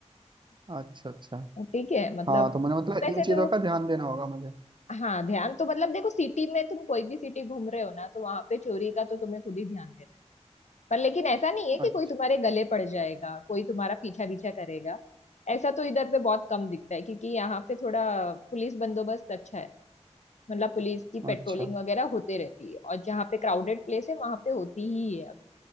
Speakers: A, on the right; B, on the left.
A: अच्छा अच्छा
B: है <laughs> ठीक है मतलब
A: हाँ तो मैंने मतलब
B: वैसे
A: इन चीजों
B: तो
A: का ध्यान देना होगा मुझे
B: हाँ ध्यान तो मतलब देखो सिटी में तुम कोई भी सिटी घूम रहे हो ना तो वहां पे चोरी का तो तुम्हें खुद ही ध्यान देना है। पर लेकिन ऐसा नहीं है कि
A: अच्छा
B: कोई तुम्हारे गले पड़ जाएगा कोई तुम्हारा पीछा पीछा करेगा ऐसा तो इधर पे बहुत कम दिखता है क्योंकि यहाँ पे थोड़ा पुलिस बंदोबस्त अच्छा है मतलब पुलिस की पेट्रोलिंग
A: अच्छा
B: वगैरह होते रहती है और जहाँ पे क्राउडेड प्लेस है वहां पे होती ही है